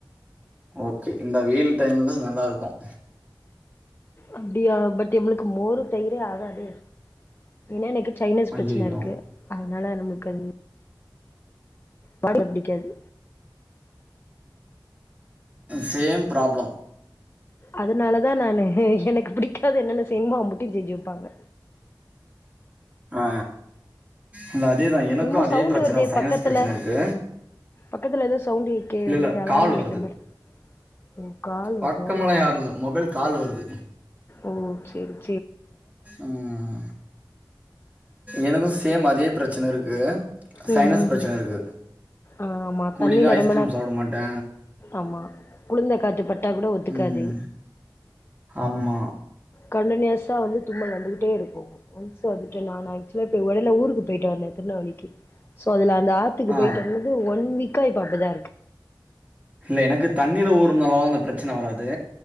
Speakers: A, on the right; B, on the left.
A: ஓகே இந்த வெயில் டைம்ல்ல நல்லா இருக்கும்
B: அப்டியா பட் இவனுக்கு மோரு தயிரே ஆகாதே ஏனா எனக்கு சைனஸ்
A: ஐயையோ
B: பிரச்சன இருக்கு அதனால நமக்கு அது பாட புடிக்காது
A: சேம் பிராப்ளம்
B: அதனால தா நானு எனக்கு பிடிக்காது என்னென்ன செய்னுமோ அம்புட்டயு செஞ்சு வெப்பாங்க
A: ஆ இல்ல அதேதா எனக்கும்
B: என்னமோ
A: அதே
B: சவுண்டு
A: பிரச்சன
B: வருதே
A: சயின்னஸ்
B: பக்கத்துல
A: பிரச்சன இருக்கு
B: பக்கத்துல எதோ சவுண்டு கேக்கே
A: இல்ல
B: ஒரு
A: இல்ல
B: மாரி அலாரம்
A: கால்
B: அடிக்கிற
A: வருது
B: மாரி ஓ கால்
A: பக்கமெல்லா
B: வருதோ
A: யாரும் இல்ல மொபைல் கால் வருது
B: ஓ செரி
A: ம் எனக்கும் சேம் அதே பிரச்சன இருக்கு சைனஸ்
B: ம் ம்
A: பிரச்சன இருக்கு
B: ஆமா
A: கூலிங்கா
B: தண்ணில
A: ஐஸ்கிரீம்
B: ரெம்ப நேரோ
A: சாப்ட மாட்டே
B: ஆமா குளுந்த காத்து பட்டா கூட ஒத்துக்காது
A: ம் ஆமா
B: கண்டடினியூஸா வந்து தும்பல் வந்துக்கிட்டேருக்கு ஒன்ஸ் வந்துட்டுனா ஆக்சுவலா இடைல உடல ஊருக்கு போய்ட்டு வந்தே திருநெல்வேலிக்கு சோ அதுல அந்த ஆத்துக்கு
A: ஆ
B: போய்ட்டு வந்தது ஒன் வீக்கா இப்ப அப்டிதாருக்கு
A: இல்ல எனக்கு தண்ணில ஊறனால அந்த பிரச்சன வராது